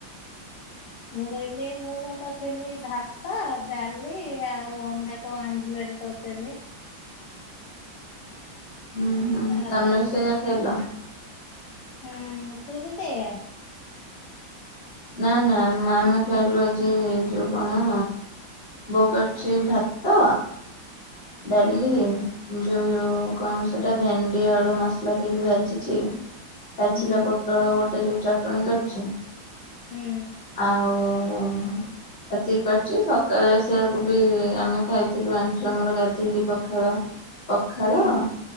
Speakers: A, on the left; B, on the left.
A: ମୁଁ କହିଲି ମୁଁବା କରିଥିଲି ଭାତ ଡାଲି ଆଉ ଅଣ୍ଡାକୁ ଆମ୍ବଲେଟ <unintelligible>
B: ହୁଁ ହୁଁ
A: ଆଉ ଆଚାର
B: ତମେ ବି
A: ଲଗେଇ
B: ସେଇଆ
A: ଖାଇଲି
B: ଖାଇଲ।
A: ହୁଁ ତୁ ବି ସେୟା।
B: ନା ନା ମାଆମେ ଖାଇଲୁ ଆଜି ଯୋଉ କଣ? ବୋଉ କରିଛି ଭାତ,
A: ହୁଁ
B: ଡାଲି ଯୋଉ ଯୋଉ କଣ ସେଟା ଭେଣ୍ଡି ଆଳୁ ମସଲା ଦେଇକି ଭାଜିଛି। ପାଚିଲା
A: ହୁଁ
B: ପୋଟଳ ଗୋଟେ ଯୋଉ ଚଟଣି କରିଛି।
A: ହୁଁ।
B: ଆଉ ଏତିକି କରିଛି, ସକାଳେ ସେଇଆକୁ ବି ଆମେ ଖାଇଥିଲୁ ଆଣ୍ଟିର ମୋର ଗାଧ ଧେଇକି ପଖାଳ, ପଖାଳ
A: ହୁଁ